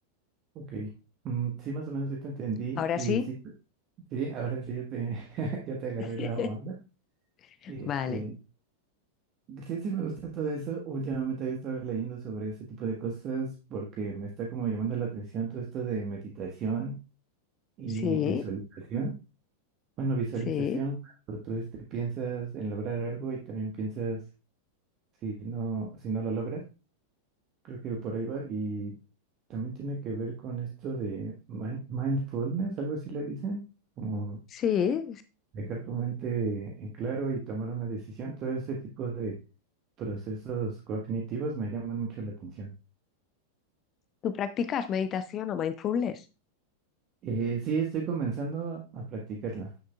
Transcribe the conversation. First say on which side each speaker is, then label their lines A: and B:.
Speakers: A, on the right; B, on the left.
A: ok. Mm, sí, más o menos yo te entendí
B: ¿Ahora
A: y
B: sí?
A: sí, te- sí, ahora sí ya te, <laughs> ya te agarré
B: <laughs>
A: la onda. Este,
B: Vale.
A: sí, sí, me gusta todo eso. Últimamente había estado leyendo sobre ese tipo de cosas porque me está como llamando la atención todo esto de meditación y
B: Sí,
A: visualización. Bueno, visualización,
B: sí,
A: pero tú este, piensas en lograr algo y también piensas si no, si no lo logras. Creo que por ahí va. Y también tiene que ver con esto de mind- mindfulness, algo así le dicen, como
B: sí.
A: dejar tu mente en claro y tomar una decisión. Todo ese tipo de procesos cognitivos me llaman mucho la atención.
B: ¿Tú practicas meditación o mindfulness?
A: Eh, sí, estoy comenzando a practicarla.